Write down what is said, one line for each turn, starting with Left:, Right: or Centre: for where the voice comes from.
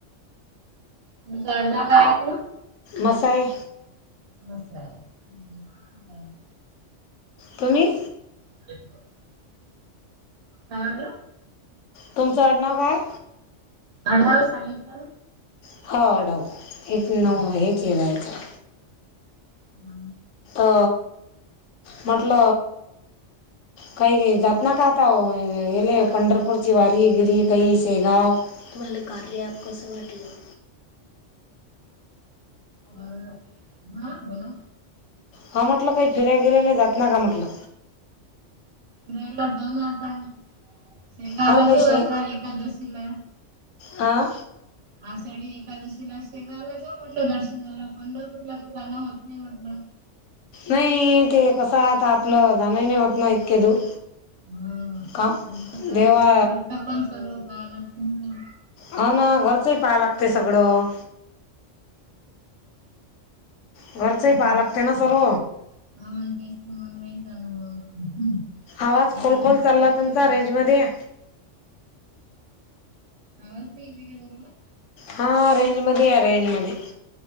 Right: तुमचं आडनाव काय ये म्हंटल?
Left: मसाये
Right: मसाले, बर
Left: तुम्ही
Right: <unintelligible> काय म्हंटला?
Left: तुमचं आडनाव काय?
Right: आडाऊ सांगितलं
Left: हा आडाऊ, एक न
Right: हा.
Left: हे केलंय का
Right: हम्
Left: अ म्हंटल काही जातं नाही का आता गेले पंढरपूरची वारीबिरी काही शेळगाव- तुम्हाला कार्य ऍप कसं वाटलं?
Right: अ हा बोला.
Left: हा म्हटलं काही फिराय बिरायला जातं नाय का म्हटलं?
Right: गेलो जाऊन ना आता. शेळगाव
Left: हा
Right: ला
Left: काही
Right: जाऊ
Left: शे
Right: आता एकादशीला.
Left: हा
Right: आषाढी एकादशीला, शेळगावला जाऊ म्हटलं दर्शनाला पंढरपूरला तर जाणं होत नाही म्हटलं.
Left: नाही, ते कसं ते आपलं जाणं ही नाही होतं ना इतके दूर.
Right: हम
Left: काम
Right: पण कसं
Left: देवा
Right: घरचं सर्व काम असतं ना.
Left: हा ना घरचंही पाहाय लागतेय सगळं. घरचंही
Right: <unintelligible>
Left: पाहा लागते ना सर्व
Right: <inaudible>
Left: आवाज खोलखोल
Right: मुलांची
Left: चालला
Right: शाळा
Left: तुमचा
Right: पण आहे
Left: रेंजमध्ये
Right: तशी.
Left: या.
Right: आवाज तर एते का बरोबर.
Left: हां, ररेंज मध्ये या., रेंज मध्ये.